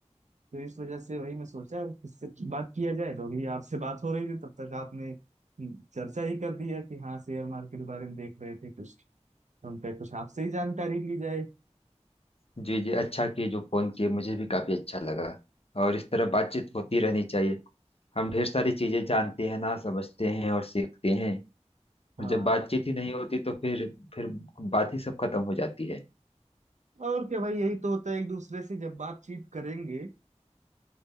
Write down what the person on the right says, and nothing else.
तो इस वजह से वही मैं सोचा इससे बात किया जाए तो अभी आपसे बात हो रही थी तब तक आपने चर्चा ही कर दिया कि हाँ शेयर मार्केट के बारे में देख रहे थे कुछ तो हम कहे कुछ आपसे ही जानकारी ली जाए
हाँ
और क्या भाई यही तो होता है एक दूसरे से जब बातचीत करेंगे